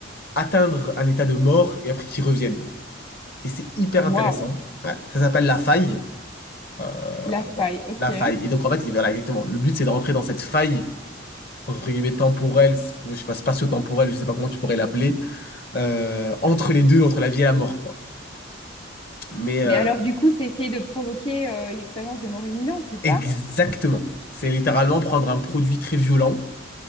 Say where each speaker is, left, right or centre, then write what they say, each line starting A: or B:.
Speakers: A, on the left; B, on the left.
A: atteindre un état de mort et après qu'ils reviennent. Et c'est hyper intéressant.
B: Waouh.
A: Ouais. Ça s'appelle La Faille. Euh,
B: La faille.
A: voilà.
B: Ok.
A: La faille. Et donc, en fait, il- voilà, exactement. Le but, c'est de rentrer dans cette faille, entre guillemets, temporelle, je sais pas, spatio-temporelle, je sais pas comment tu pourrais l'appeler, euh, entre les deux, entre la vie et la mort, quoi. Mais euh,
B: Mais alors, du coup, c'est essayer de provoquer euh, une expérience de mort imminente, c'est ça?
A: exactement. C'est littéralement prendre un produit très violent